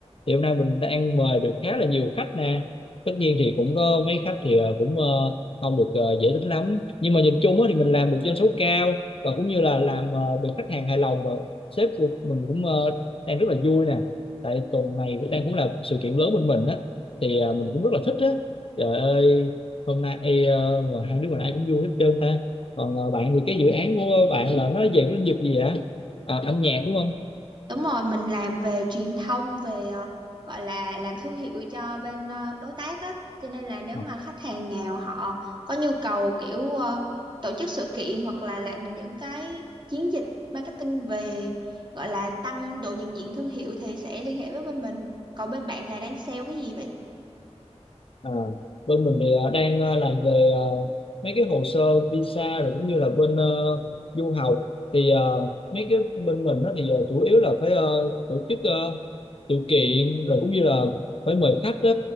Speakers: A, on the left (about 55°); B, on the right (about 40°).
A: thì hôm nay mình đang mời được khá là nhiều khách nè tất nhiên thì cũng có mấy khách thì ờ, cũng ờ, không được ờ, dễ tính lắm nhưng mà nhìn chung á, thì mình làm được doanh số cao và cũng như là làm ờ, được khách hàng hài lòng và sếp của mình cũng ờ, đang rất là vui nè tại tuần này cũng đang cũng là sự kiện lớn bên mình á thì à, mình cũng rất là thích á trời ơi hôm nay ê, ờ, mà hai đứa mình ai cũng vui hết trơn ta còn ờ, bạn thì cái dự án của bạn là nó về cái lĩnh vực gì ạ à, âm nhạc đúng không
B: Đúng rồi, mình làm về truyền thông về ờ, gọi là làm thương hiệu cho bên ờ, đối tác á, cho nên là nếu
A: Ờ,
B: mà khách hàng nào họ có nhu cầu kiểu ờ, tổ chức sự kiện hoặc là làm những cái chiến dịch marketing về gọi là tăng độ nhận diện thương hiệu thì sẽ liên hệ với bên mình. Còn bên bạn là đang sale cái gì vậy?
A: à, bên mình thì ờ, đang ờ, làm về ờ, mấy cái hồ sơ visa rồi cũng như là bên ờ, du học thì ờ, mấy cái bên mình đó thì ờ, chủ yếu là phải ờ, tổ chức ờ, sự kiện rồi cũng như là phải mời khách đó